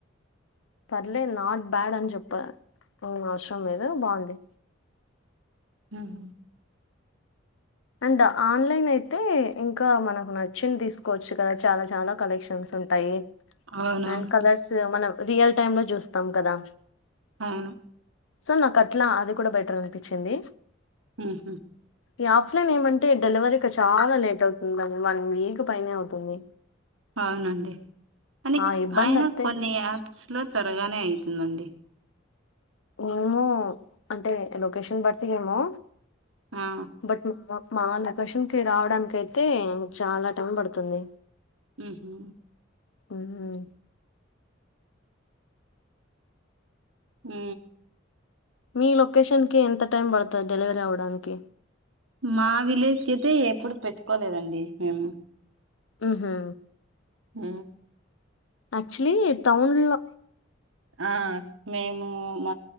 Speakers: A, on the left (about 80°); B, on the right (about 85°).
A: పర్లే నాట్ బ్యాడ్ అని చెప్ప ఆ అవసరం లేదు బాగుంది
B: ఆహ
A: అండ్ ఆన్లైన్ అయితే ఇంక మనకు నచ్చింది తీసుకోవచ్చు కదా చాల చాల కలెక్షన్ ఉంటాయి
B: అవునవును
A: అండ్ కలర్స్ మనం రియల్ టైమ్ లో చూస్తాం కదా
B: అవును
A: సో నాకు అట్ల అది కూడ బెటర్ అనిపించింది
B: ఉ హు
A: ఈ ఆఫ్లైన్ ఏమంటే డెలివరీ చాల లేట్ అవుతుంది వన్ వీక్ పైనే అవుతుంది
B: అవునండి అని
A: ఆ ఇబ్బంది
B: అయినా
A: అత్తే
B: కొన్ని యాప్స్ లో త్వరగానే అయి తుంది అండి
A: ఏమో అంటే లొకేషన్ బట్టి ఏమో
B: ఆ
A: బట్ మా <unintelligible> మాధకాషన్ కి రావడానికి అయితే చాలా టైం పడుతుంది
B: ఉ హు
A: మ్మ్
B: ఉ
A: మీ లొకేషన్ కి ఎంత టైం పడ్తది డెలివరీ అవ్వడానికి
B: మా విలేజ్ కైతే ఎప్పుడు పెట్టుకోలేదండి మేము
A: ఉ హు
B: ఉ
A: అచ్లీ టౌన్ లో
B: ఆ మేము మ